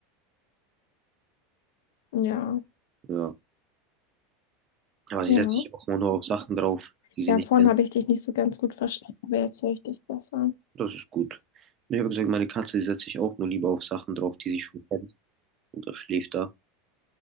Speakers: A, on the left; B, on the right.
A: Ja,
B: Ja. Aber sie
A: ja.
B: setzt sich auch immer nur auf Sachen drauf, die sie
A: Ja,
B: nicht
A: vorhin
B: kennt.
A: habe ich dich nicht so ganz gut verstanden, aber jetzt höre ich dich besser.
B: Das ist gut. Und ich habe gesagt, meine Katze, die setzt sich auch nur lieber auf Sachen drauf, die sie schon kennt. Und das schläft da,